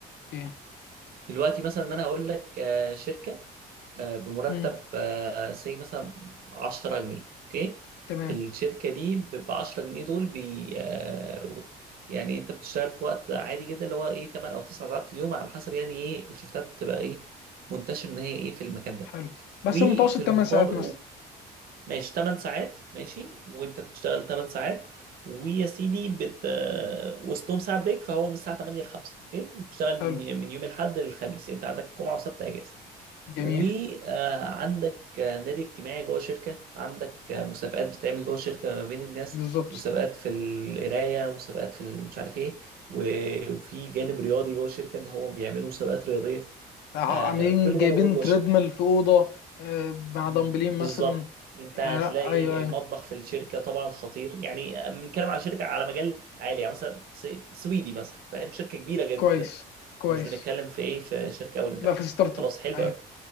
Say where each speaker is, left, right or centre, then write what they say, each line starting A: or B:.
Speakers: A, on the left; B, on the right.
A: ايه
B: دلوقتي مثلا ما انا هقول لك آه، شركه آه، بمرتب
A: مم.
B: سي مثلا 10 جنيه اوكي
A: تمام
B: الشركه دي ب 10 جنيه دول بي آه، يعني انت بتشتغل في وقت عادي جدا اللي هو ايه 8 او 9 ساعات في اليوم على حسب يعني ايه الشفتات بتبقى ايه منتشر ان هي ايه في المكان ده
A: حلو بس
B: وفي
A: المتوسط
B: المقابل
A: 8 ساعات مثلا
B: ماشي 8 ساعات ماشي وانت بتشتغل 8 ساعات ويا سيدي بت آه، وسطهم ساعة بريك فهو من الساعة 8 ل 5 اوكي بتشتغل
A: حلو
B: من من يوم الاحد للخميس يعني انت عندك جمعة وسبت اجازة
A: جميل
B: وعندك نادي اجتماعي جوه شركة عندك آه، مسابقات بتعمل جوه شركة ما بين الناس
A: بالظبط
B: مسابقات في القراية مسابقات في ال- مش عارف ايه و- وفي جانب رياضي جوه الشركة ان هم بيعملوا مسابقات رياضية
A: ع-
B: آه،
A: عاملين
B: كل
A: جايبين
B: ده موجود جوه
A: تريدميل
B: الشركة
A: في اوضه آه، مع
B: بالظبط
A: دمبلين مثلا
B: انت
A: يعني
B: هتلاقي
A: لا ايوه
B: ال- المطبخ
A: ايوه
B: في الشركه طبعا خطير يعني بنتكلم على شركه على مجال عالي يعني مثلا سي- سويدي مثلا فاهم شركه كبيره جدا
A: كويس كويس
B: يعني مش بنتكلم في ايه في شركه اول امبارح
A: لا في ستارت
B: خلاص
A: اب
B: حلو
A: ايوه
B: قوي